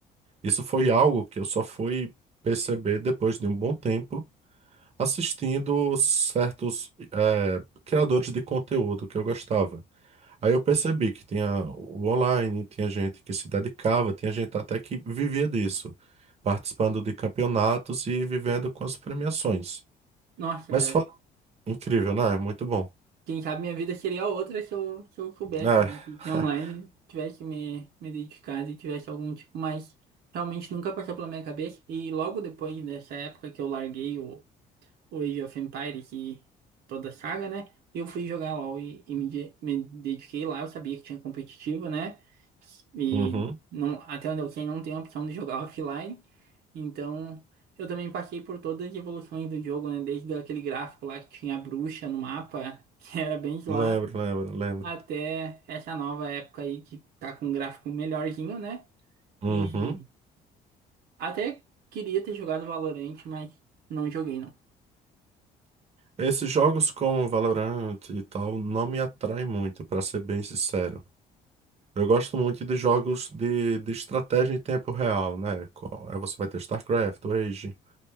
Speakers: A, on the right (about 40°); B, on the right (about 70°).
A: Isso foi algo que eu só fui perceber depois de um bom tempo, assistindo certos eh, criadores de conteúdo que eu gostava. Aí eu percebi que tinha o online, tinha gente que se dedicava, tinha gente até que vivia disso, participando de campeonatos e vivendo com as premiações.
B: Nossa,
A: Mas
B: cara,
A: foi incrível, né? Muito bom.
B: Quem sabe minha vida seria outra se eu, se eu soubesse
A: É.
B: de que online,
A: <laughs>
B: tivesse me, me dedicado e tivesse algum tipo, mas realmente nunca passou pela minha cabeça. E logo depois dessa época que eu larguei o o Age of Empire, que toda a saga, né? Eu fui jogar LoL e, e me, de- me dediquei lá. Eu sabia que tinha competitivo, né? E
A: Uhum.
B: não, até onde eu sei, não tem a opção de jogar <laughs> offline. Então, eu também passei por todas as evoluções do jogo, né? Desde aquele gráfico lá que tinha a bruxa no mapa, <laughs> que era bem zoado,
A: Lembro, lembro, lembro.
B: até essa nova época aí que tá com um gráfico melhorzinho, né?
A: Uhum.
B: E até queria ter jogado Valorant, mas não joguei, não.
A: Esses jogos como Valorant e tal não me atraem muito, pra ser bem sincero. Eu gosto muito de jogos de, de estratégia em tempo real, né? Co- Aí você vai ter StarCraft, Age,